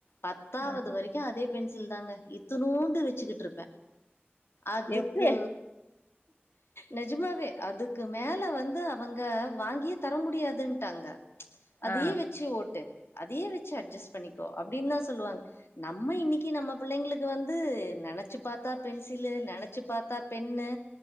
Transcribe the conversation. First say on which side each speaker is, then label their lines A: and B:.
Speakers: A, on the left (about 80°); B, on the left (about 65°).
A: பத்தாவது
B: ம்
A: வரைக்கு அதே பென்சில் தாங்க இத்துனூ ச்சுக்கிட்ருப்பே அதுக்கு
B: எப்டி
A: நெஜமாவே அதுக் க்கு மேல வந்து அவங்க வாங்கியே தர முடியாதுன்டாங்க அதையே
B: ஆ
A: வெச்சு ஓட்டு அதையே வெச்சு அட்ஜஸ்ட் பண்ணிக்கோ அபடின் தா சொல்லுவாங்க நம்ம இன்னைக்கு நம்ம பிள்ளைங்களுக்கு வந்து அ நெனைச்சு பாத்தா பென்சிலு நெனைச்சு பாத்தா பென்னு